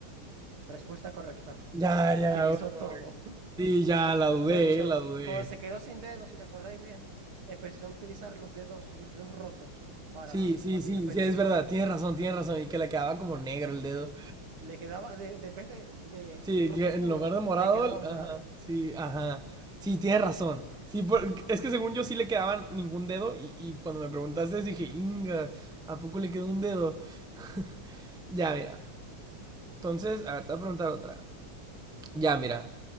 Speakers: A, on the right (about 90°); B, in the centre.
A: Respuesta correcta.
B: Ya,
A: Utilizó
B: ya,
A: todo. <laughs>
B: sí, ya, la dudé,
A: De hecho,
B: eh, la dudé.
A: cuando se quedó sin dedos, si te acordáis bien, empezó a utilizar los dedos, los dedos rotos para,
B: Sí, sí,
A: para seguir
B: sí,
A: peleando.
B: sí, es verdad, tienes razón, tienes razón. Y que le quedaba como negro el dedo.
A: Le quedaba, de, de- en vez de, de
B: Sí,
A: rojo
B: que
A: oscuro,
B: en lugar de morado,
A: le quedaba morado.
B: ajá, sí, ajá. Sí, tienes razón. Sí, por- es que según yo sí le quedaban ningún dedo y, y cuando me preguntaste dije, Inga, ¿a poco le quedó un dedo? <laughs> Ya, mira. Entonces, a ver, te voy a preguntar otra. Ya, mira.